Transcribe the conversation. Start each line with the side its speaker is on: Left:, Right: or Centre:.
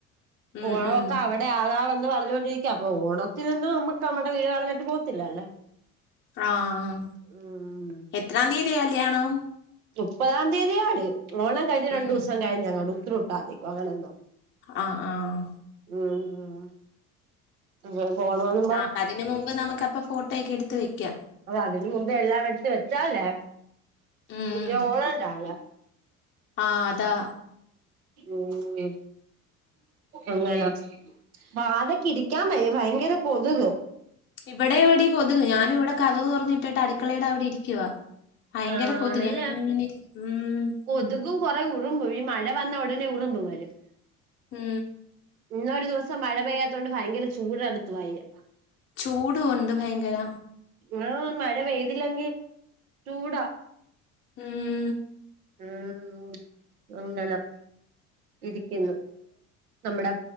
Left: ഉം
Right: ഓണം
Left: ഉം
Right: ഒക്കെ അവ ടെ ആവാന്ന് പറഞ്ഞുകൊണ്ടിരിക്ക അപ്പൊ ഓണത്തിൽന്നും നമ്മുക്ക് നമ്മടെ വീട് കളഞ്ഞിട്ട് പോകത്തില്ലല്ലോ
Left: ആഹ്‌
Right: ഉം
Left: എത്രാം തീയതിയ കല്യാണം
Right: മുപ്പതാം തീയതിയാടി ഓണം കഴിഞ് രണ്ടു
Left: ഉം
Right: ദിവസം കഴിഞെങ്ങാണ്ട് ഉത്രട്ടാതി അങ്ങനെന്തോ
Left: ആഹ്‌ ആഹ്‌
Right: ഉം ഉം അങ്ങനെ പോണോന്ന്
Left: ആഹ്‌ അപ്പൊ അതിന് മുമ്പ് നമുക്കപ്പൊ ഫോട്ടോയൊക്കെ എടുത്ത് വെക്കാം
Right: അ അതിന് മുമ്പേ എല്ലാ എടുത്ത് വെച്ചാല്ലേ
Left: ഉം
Right: പിരി ഓണംണ്ടാവില്ല
Left: ആഹ്‌ അതാ
Right: ഊം അങ്ങനെ ഇരിക്കാ വയ്യ ഭയങ്കര കൊതുക്
Left: ഇവിടെ എവിടെ കൊതുക് ഞാനിവിടെ കഥവ് തുറന്നിട്ടിട്ട് അടുക്കളയുടെ അവിടെ ഇരിക്കുവ ഭയങ്കര
Right: ആണല്ലേ
Left: കൊതുക് ഞാനിങ്ങനെരി ഉം
Right: കൊതുകും കൊറെ ഉറുമ്പും ഈ മഴ വന്ന ഉടനെ ഉറുമ്പ് വരും
Left: ഉം
Right: ഇന്നൊരു ദിവസം മഴ പെയ്യാത്തൊണ്ട് ഭയങ്കര ചൂടെടുത്ത് വയ്യ
Left: ചൂട് ഉണ്ട് ഭയങ്കര
Right: ഇവിടെ മഴ പെയ്തില്ലെങ്കിൽ ചൂട
Left: ഉം
Right: ഊം ഇങ്ങനാ ഇരിക്കുന്നു നമ്മുടെ